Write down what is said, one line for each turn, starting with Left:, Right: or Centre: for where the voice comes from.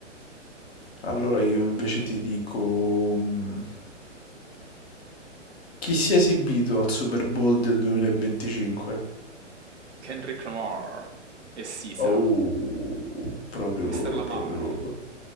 Left: Allora io invece ti dico mm, chi si è esibito al Super Bowl del 2025?
Right: Kendrick Lamar e Sisa.
Left: Oh, proprio
Right: Mr.
Left: loro,
Right: Lamar.
Left: proprio loro.